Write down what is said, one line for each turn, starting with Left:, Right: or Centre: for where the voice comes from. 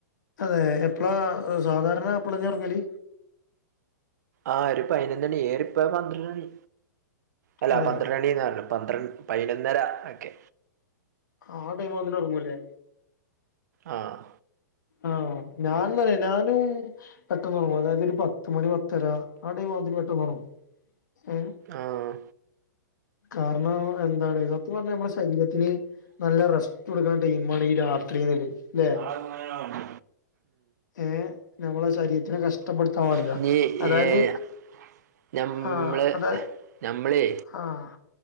Left: അതെ എപ്പളാ സാധാരണ എപ്പളാ ചെറങ്ങല്
Right: ആ ഒരു പതിനൊന്നണി ഏറിപോയാ പന്ത്രണ്ട് മണി അല്ല
Left: അതെ
Right: പന്ത്രണ്ട് മണീന്നാ പറഞ്ഞേ പന്ത്ര പൈനൊന്നര ഒക്കെ
Left: ആ ടൈമില് വന്ന്ട്ട് ഒറങ്ങും ല്ലേ
Right: ആഹ്
Left: ആഹ് ഞാനെന്നാറിയോ ഞാന് പെട്ടെന്നൊറങ്ങും അതായത് ഒരു പത്ത് മണി പത്തര ആ ടൈം ആവുമ്പതിന് പെട്ടെന്ന് ഒറങ്ങും ശരി
Right: ആഹ്
Left: കാരണം എന്താണ് <unintelligible> സത്യം പറഞ്ഞ നമ്മളെ ശരീരത്തിന് നല്ല റെസ്റ്റ് കൊടുക്കണ ടൈമാണ് ഈ രാത്രീന്നൊള്ളത് ല്ലേ?
Right: <unintelligible> ഉം
Left: ഏഹ് നമ്മളെ ശരീരത്തിനെ കഷ്ടപ്പെടുത്താൻ പാടില്ല
Right: <inaudible> നീ
Left: അതായത്
Right: ഏഹ് ഞമ്മള്
Left: ആഹ് അതായത്
Right: ഞമ്മളേ
Left: ആഹ്